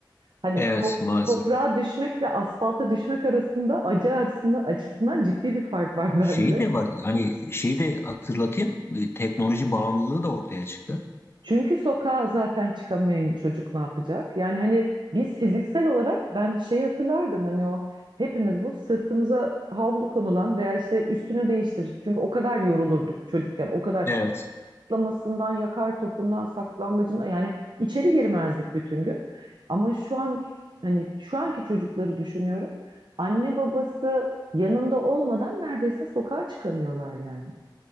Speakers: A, on the right (about 70°); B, on the left (about 30°).
A: Hani
B: Evet,
A: top,
B: maalesef.
A: toprağa düşmekle asfalta düşmek arasında acı açısından, açısından ciddi bir fark var <laughs> bence.
B: Şey de var, hani şey de hatırlatayım, e, teknoloji bağımlılığı da ortaya çıktı.
A: Çünkü sokağa zaten çıkamayan çocuk ne yapacak? Yani hani biz fiziksel olarak ben şeyi hatırlardım hani o hepimiz bu sırtımıza havlu konulan veya işte üstünü değiştir. Çünkü o kadar yorulurduk çocukken. O kadar
B: Evet,
A: atlamasından, yakar topundan, saklambacına yani içeri girmezdik bütün gün. Ama şu an hani şu anki çocukları düşünüyorum. Anne babası yanında olmadan neredeyse sokağa çıkamıyorlar yani.